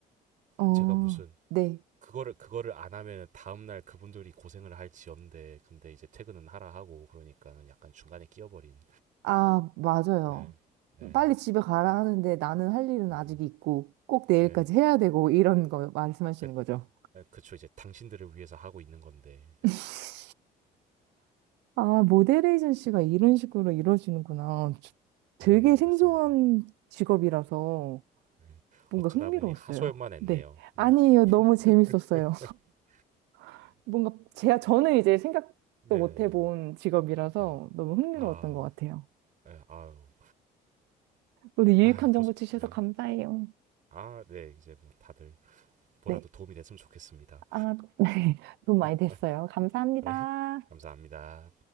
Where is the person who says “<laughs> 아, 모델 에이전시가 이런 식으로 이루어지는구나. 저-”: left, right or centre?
Right